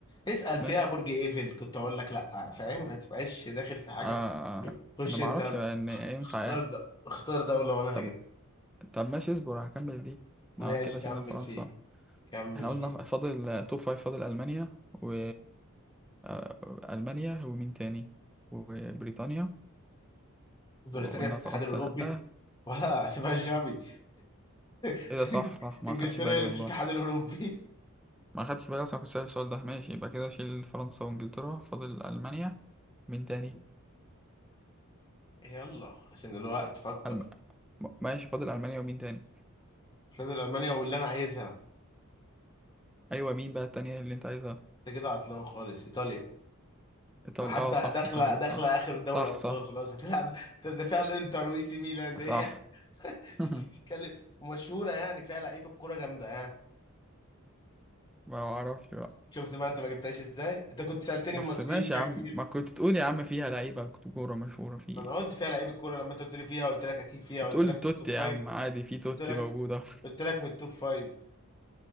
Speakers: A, on the left; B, in the centre.
A: اسأل
B: ماشي
A: فيها برج ايفل كنت اقول لك لا فاهم ما تبقاش داخل في حاجة
B: آه،
A: خش
B: انا ما
A: انت
B: اعرفش ان ينفع
A: اختار
B: يعني
A: ده اختار دولة وانا
B: طب
A: هجيب
B: طب ماشي اصبر هكمل دي
A: ماشي
B: اه كده
A: كمل
B: شلنا فرنسا
A: فيه كمل
B: احنا
A: فيه
B: قلنا فاضل توب فايف فاضل ألمانيا و آه، ألمانيا ومين تاني وبريطانيا
A: بريطانيا
B: وقلنا
A: في الاتحاد
B: فرنسا
A: الاوروبي
B: لأ
A: <laughs> ولا ما تبقاش غبي <laughs>
B: ايه ده صح صح ما
A: انجلترا
B: خدش بالي
A: اللي
B: والله
A: في الاتحاد الاوروبي
B: ما خدش بالي اصلا كنت سأل السؤال ده ماشي يبقى كده شيل فرنسا وانجلترا فاضل ألمانيا مين تاني
A: <laughs> يلا عشان الوقت فكر
B: ألم... م- ماشي فاضل ألمانيا ومين تاني
A: فاضل المانيا واللي انا عايزها
B: ايوه مين بقى التانية اللي انت عايزها
A: انت كده عطلان خالص ايطاليا
B: ايطاليا
A: حتى
B: اه صح
A: داخله
B: ايطاليا
A: داخله
B: صح
A: اخر دوري
B: صح
A: ابطال
B: صح
A: خلاص هتلعب ده فيها الانتر وإي سي ميلان ده
B: صح
A: هي <laughs>
B: <laughs>
A: بتتكلم ومشهوره يعني فيها لعيبه كوره جامده يعني
B: ما اعرفش
A: شفت بقى انت ما جبتهاش ازاي انت كنت سالتني
B: بس
A: المصريين
B: ماشي
A: فيها
B: يا عم
A: كتير
B: ما كنت تقول يا عم فيها لعيبة كورة مشهورة في ايه
A: انا قلت فيها لعيبه كوره لما انت قلت لي فيها قلت لك اكيد فيها قلت
B: تقول
A: لك
B: توتي
A: من التوب
B: يا
A: فايف
B: عم عادي في توتي
A: قلت لك
B: موجودة <laughs>
A: قلت لك من التوب فايف